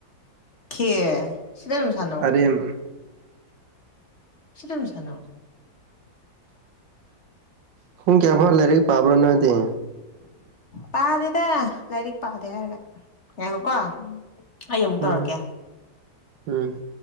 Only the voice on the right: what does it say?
ꯑꯔꯦꯝ
ꯄꯨꯡ ꯀꯌꯥꯕꯧ ꯂꯥꯏꯔꯤꯛ ꯄꯥꯕ꯭ꯔꯣ ꯅꯣꯏꯗꯤ
ꯎꯝ
ꯎꯝ